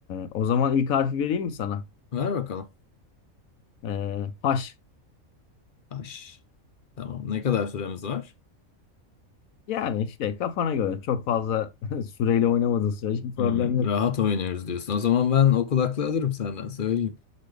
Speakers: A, on the left; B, on the left.
A: o zaman ilk harfi vereyim mi sana?
B: Ver bakalım.
A: E, H.
B: Taş. Tamam. Ne kadar süremiz var?
A: Yani işte kafana göre çok fazla <laughs> süreyle oynamadığın sürece problem
B: Hmm,
A: yok.
B: rahat oynuyoruz diyorsun. O zaman ben o kulaklığı alırım senden söyleyeyim.